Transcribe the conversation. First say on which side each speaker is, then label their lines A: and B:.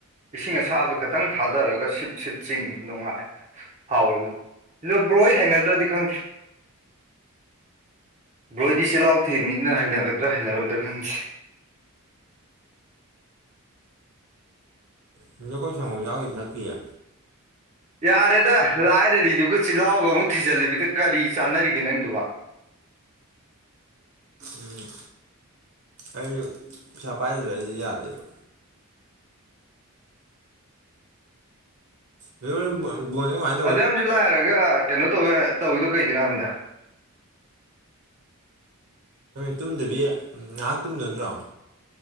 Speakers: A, on the right; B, on the right.
A: ꯏꯁꯤꯡ ꯑꯁꯥꯕꯗ ꯈꯤꯇꯪ ꯊꯥꯗꯔꯒ ꯁꯤꯞ ꯁꯤꯞ ꯆꯤꯡꯕ ꯅꯨꯡꯉꯥꯏ ꯍꯥꯎꯋꯦꯕ ꯗꯣ ꯕ꯭ꯔꯣꯍꯣꯏ ꯍꯩꯅꯗ꯭ꯔꯗꯤ ꯈꯪꯗ꯭ꯦ ꯕ꯭ꯔꯣꯍꯣꯏꯗꯤ ꯆꯤꯜꯍꯥꯎ ꯊꯤꯕ ꯃꯤꯅꯤꯅ ꯍꯩꯅꯒꯗ꯭ꯔꯥ ꯍꯩꯅꯔꯣꯏꯗ꯭ꯔꯥ ꯈꯪꯗꯦ
B: ꯁꯤꯗ ꯑꯩꯈꯣꯏ ꯁꯪꯒꯣꯝ ꯌꯥꯎꯗ꯭ꯔꯥꯗꯤ ꯊꯛꯇꯤꯌꯦ
A: ꯌꯥꯔꯦꯗ ꯂꯥꯏꯔꯔꯤꯗꯨꯒ ꯆꯤꯜꯍꯥꯎꯒ ꯑꯃꯨꯛ ꯊꯤꯖꯤꯜꯂꯤꯕꯤꯗ ꯀꯔꯤ ꯆꯥꯅꯔꯤꯒꯦ ꯅꯪꯗꯨꯕꯨ
B: ꯎꯝ ꯑꯩꯖꯨ ꯄꯩꯁꯥ ꯄꯥꯏꯗꯕ ꯑꯩꯗꯤ ꯌꯥꯗꯦꯕ ꯑꯗꫭ ꯍꯨꯔꯦꯅ ꯕꯣ-ꯕꯣꯜ ꯀꯃꯥꯏ
A: ꯑꯗꯨꯛꯌꯥꯝꯖꯨ ꯂꯥꯏꯔꯒ ꯀꯩꯅꯣ ꯇꯧꯋꯦ ꯇꯧꯋꯤꯗꯣ ꯀꯩꯒꯤꯅꯣ ꯍꯥꯏꯕꯅꯤꯗ
B: ꯇꯨꯝꯗꯕꯤ ꯉꯥꯏꯍꯥꯛ ꯇꯨꯝꯗꯣ ꯅꯠꯇ꯭ꯔꯣ